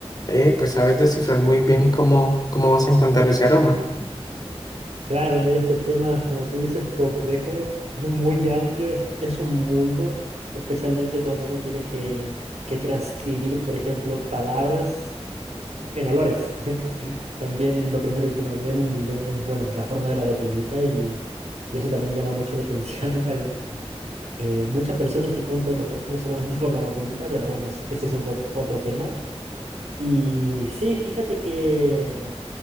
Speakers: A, on the left; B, on the right.
A: eh, pues sabes descifrar muy bien cómo, cómo vas a encontrar ese aroma.
B: Claro, mira, este tema, como tú dices, complejo, es muy amplio, es, es un mundo, especialmente cuando uno tiene que, que transcribir, por ejemplo, palabras. En olores. <laughs> También lo primero que uno ve en un video es, bueno, la forma de la botellita y, y eso también llama mucho la atención. <laughs> Hay eh, muchas personas que compran los perfumes solamente por la botellita, pero bueno, es- ese es otro, otro tema. Y sí, fíjate que,